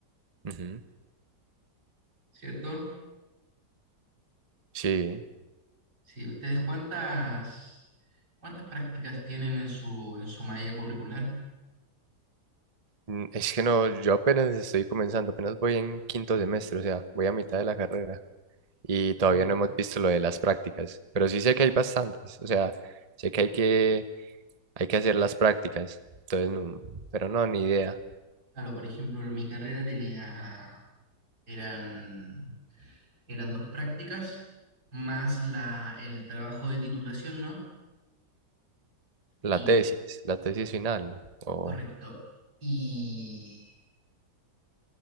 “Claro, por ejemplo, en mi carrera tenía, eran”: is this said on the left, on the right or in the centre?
Right